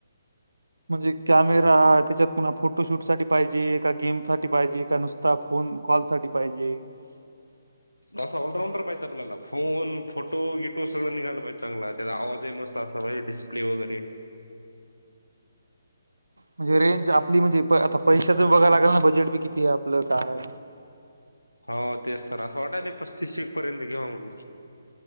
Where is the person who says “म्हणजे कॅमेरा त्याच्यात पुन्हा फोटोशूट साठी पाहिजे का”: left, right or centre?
Right